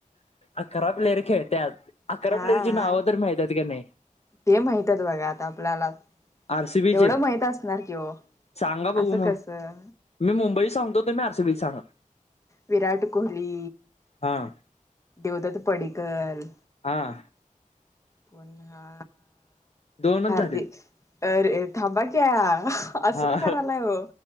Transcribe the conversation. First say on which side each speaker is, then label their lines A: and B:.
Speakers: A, on the left; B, on the left.
A: अकरा प्लेयर खेळत्यात अकरा
B: हा
A: प्लेयरची नावं तर माहितात का नाही?
B: ते माहित आहेत बघा आता आपल्याला,
A: आरसीबीचे
B: तेवढं माहित असणार की हो
A: सांगा बघू
B: अ सं
A: मग
B: कसं
A: मी मुंबईत सांगतो तर मी आर सी बी सांगा.
B: विराट कोहली
A: हां.
B: देवदत्त पडिकल
A: हां.
B: पुन्हा
A: दोनच
B: हार्दिक
A: झालेत
B: अ अरे थांबा क्या असं
A: हा
B: का करायला आहे हो